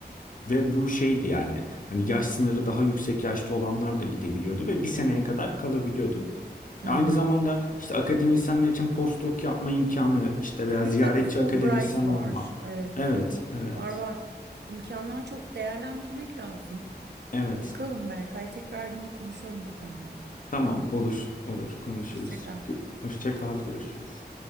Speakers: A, on the left; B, on the right.
A: ve bu şeydi yani. Hani yaş sınırı daha yüksek yaşta olanlar da gidebiliyordu ve bir seneye kadar kalabiliyordu.
B: Hı
A: Aynı
B: hı.
A: zamanda işte akademisyenler için postdoc yapma imkanı işte
B: Tabii
A: veya ziyaretçi
B: tabii Fulbright
A: akademisyen
B: var.
A: olma.
B: Evet
A: Evet, evet,
B: var var. İmkanlar çok değerlendirmek lazım.
A: evet.
B: Bakalım Berkay tekrar yine konuşalım bu konuyu ama.
A: Tamam, olur, olur, konuşuruz.
B: Hoşça kal.
A: Gö- Hoşça kal, görüşürüz.